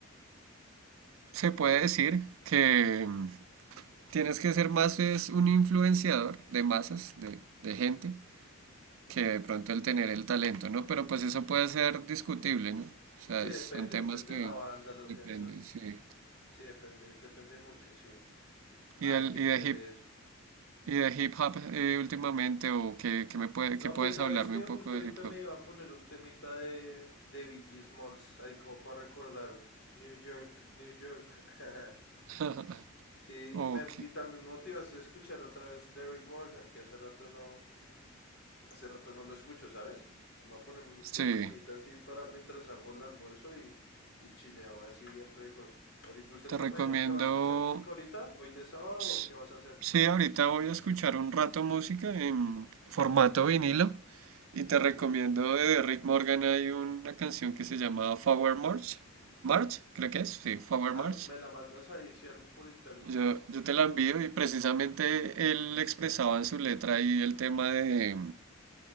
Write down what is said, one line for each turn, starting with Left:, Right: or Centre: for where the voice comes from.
Right: se puede
Left: Sí.
Right: decir que mm, tienes que ser más es un influenciador de masas, de, de gente, que de pronto el tener el talento, ¿no? Pero pues eso puede ser discutible, ¿no? O sea,
Left: Sí,
Right: es-
Left: depende,
Right: son temas
Left: depende
Right: que
Left: de la banda, los
Right: dependen,
Left: géneros.
Right: sí.
Left: Sí, depende, depende mucho, sí. Ay,
Right: ¿Y del,
Left: qué
Right: y
Left: chévere
Right: de hip,
Left: eso.
Right: y de hip hop eh, últimamente o qué, qué me puede,
Left: No,
Right: qué puedes
Left: pues sabes
Right: hablarme
Left: que
Right: un
Left: justo
Right: poco de
Left: ahorita
Right: hip
Left: me
Right: hop?
Left: iba a poner un temita de, de Biggie Smalls, ahí como para recordar New York, New York. <laughs>
Right: <laughs>
Left: Sí,
Right: Ok,
Left: me- y también me motivas a escuchar otra vez Derrick Morgan, que hace rato no, hace rato no lo escucho, ¿sabes? Voy a ponerme un-
Right: sí,
Left: el temita así para mientras hago el almuerzo y, y chileo así bien rico. Ahorita, ¿usted
Right: te
Left: también
Right: recomiendo.
Left: me imagino que va a escuchar música ahorita, hoy de sábado,
Right: s-
Left: o qué vas a hacer?
Right: Sí, ahorita voy a escuchar un rato música en formato vinilo y
Left: Uy,
Right: te recomiendo de Rick Morgan hay una canción que se llama Forward March. March, creo que es, sí, Forward
Left: ah,
Right: March.
Left: me, me la mandas ahí, si algo por interno.
Right: Yo, yo te la envío y precisamente él expresaba en su letra ahí el tema de,